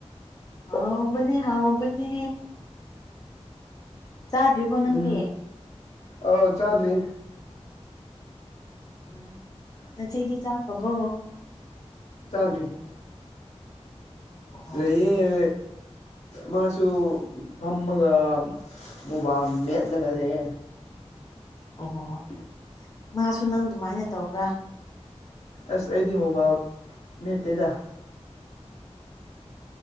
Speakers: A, on the left; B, on the left.
A: ꯍꯥꯎꯕꯅꯦ ꯍꯥꯎꯕꯅꯦ ꯆꯥꯗ꯭ꯔꯤꯕꯣ ꯅꯪꯗꯤ
B: ꯎꯝ ꯑꯥꯎ ꯆꯥꯗ꯭ꯔꯤ
A: ꯎꯝ ꯅꯆꯦꯗꯤ ꯆꯥꯛ ꯍꯕ
B: ꯆꯗ꯭ꯔꯤ
A: ꯑꯣ
B: ꯂꯩꯌꯦ ꯃꯥꯁꯨ ꯐꯝꯃꯒ ꯃꯣꯕꯥꯏꯜ ꯃꯦꯠꯂꯒ ꯂꯩꯦ
A: ꯑꯣ ꯃꯥꯁꯨ ꯅꯪ ꯑꯗꯨꯃꯥꯏꯅ ꯇꯧꯕ꯭ꯔꯥ
B: ꯑꯁ ꯑꯩꯗꯤ ꯃꯣꯕꯥꯏꯜ ꯃꯦꯠꯇꯦꯗ